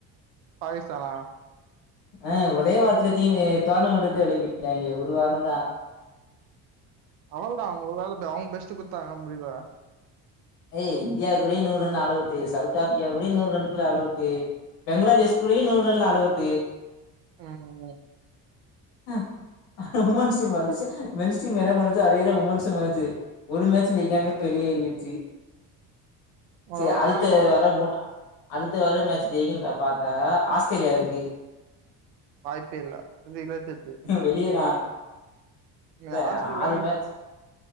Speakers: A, on the right (about 85°); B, on the left (about 75°).
A: பாகிஸ்தானா
B: ஆஹ் ஒரே வாரத்துலயே டீனு டோர்னமன்ட விட்டு வெளிய போய்ருகாய்ங்க ஒரு வாரம் தா
A: அவ்ளோதான் அவுங்களால அவுங்க பெஸ்ட் குடுத்தாங்க முடில
B: ஏய் இந்தியாக்கூடயே நூறு run all out South Africa கூடயும் நூறு ரன்னுகுள்ள ஆல் அவுட்டு பெங்களாதேஷ் கூடயும் நூறு ரன்ல ஆல் அவுட்டு
A: உம் உம்
B: ம் உமன்ஸு மாறுச்சு மென்ஸ் டீம் என்ன பண்ணுச்சோ அதே தான் உமன்ஸும் பண்ணுச்சு ஒரு மேட்சும் ஜெய்காமயே வெளியேறிற்சு
A: ஒரு
B: சரி
A: ஓவர்
B: அதுத்து
A: மேல போ
B: வர மூ அடுத்து வர மேட்ச் ஜெய்க்குனு பாத்தா ஆஸ்திரேலியா இருக்கு
A: வாய்ப்பே இல்ல <unintelligible>
B: வெளியேறா
A: ஏ
B: இல்ல
A: ஆஸ்திரேலியா
B: ஆறு மேட்ச்